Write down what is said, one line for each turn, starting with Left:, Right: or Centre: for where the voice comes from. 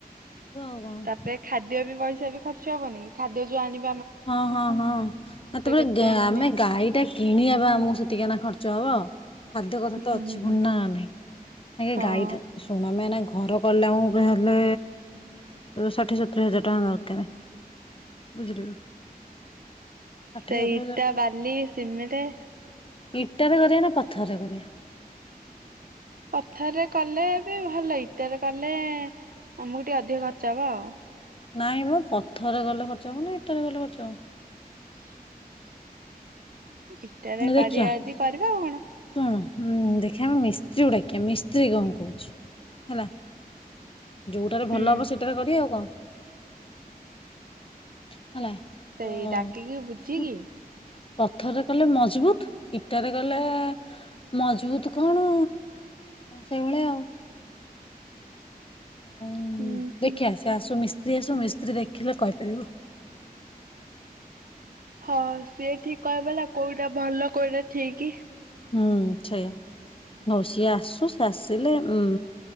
Left: ଆଉ କଣ
Right: ତାପରେ ଖାଦ୍ୟ ବି ପଇସ ବି ଖଚ ହବନି ଖାଦ୍ୟ ଯଉ ଆଣି
Left: ହଁ ହଁ ହଁ ସେତେବେଳେ
Right: କେତେ ମାନେ
Left: ଆମେ ଗାଈ ଟା କିଣିବା ବା ଆମକୁ ସେତିକି ନା ଖର୍ଚ୍ଚ ଯଅ ଖାଦ୍ୟ କଥା
Right: ହୁଁ
Left: ତ ଅଛି ଭୁ ନା ନାଇଁ ଆେ
Right: ହଁ।
Left: ଗାଇଥା ଶୁଣମେ ଘର କଲା ଆ ହେଲେ ଷାଠିଏ ସତୁୁରରି ହଜାର ଟଙ୍କା ଦରକାର ବୁଝିଲୁ ଷାଠିଏ
Right: ସେଇ
Left: ସତୁରି
Right: ଇଟା
Left: ହଜାର
Right: ବାଲି ସିମିରେ
Left: ଇଟରେ କରିବା ନା ପଥରରେ କରିବା
Right: ପଥରେ କଲେ ବି ଭଲ ଇଟରେ କଲେ ଆମକୁ ଟିକେ ଅଧିକ ଖର୍ଚ୍ଚ ହବ ଆଉ
Left: ନାଇଁ ମୋ ପଥରରେ ଗଲେ ଖର୍ଚ୍ଚ ହବ ନା ଏଇଟରେ ଗଲେ ଖର୍ଚ୍ଚ ହ
Right: <unintelligible> ଇଟାରେ
Left: ଦେଖିବା
Right: କରିବା ଯଦି
Left: ଶୁଣଁ
Right: କରିବା ଆଉ କଣ
Left: ଦେଖିବା ମି ମିସ୍ତ୍ରୀ ଗୁଡାକି ମିସ୍ତ୍ରୀ କଣ କହୁଛି ହେଲା ଯୋଉଟାରେ
Right: ହୁଁ
Left: ଭଲ ହବ ସେଟାରେ କରି ଆଉ କଣ ହେଲା
Right: ସେ
Left: ତ
Right: ଏଇ ଡାକିକି ବୁଝିକି
Left: କିନ୍ତୁ ପଥରରେ କଲେ ମଜବୁତ ଇଟାରେ ଗଲେ ମଜବୁତ କଣ ସେଇଭଳିଆ ଆଉ ଓ
Right: ହୁଁ ହୁଁ
Left: ଦେଖିବା ଆସ ଆସୁସ୍ତ ସ୍ତ୍ରୀ ସବୁ ମିସ୍ତ୍ରୀ ଦେଖିଲେ କହିପାରିବ
Right: ହଁ ସିଏ ଠିକ କହିବଲା କୋଉଟା ଭଲ କୋଉଟା ଠିକ
Left: ହୁଁ ସେଇଆା ହଉ ସିଏ ଆସୁ ସି ଆସିଲେ ଉ